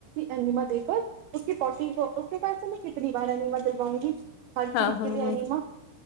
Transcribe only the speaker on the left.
ہاں
ہاں
ہاں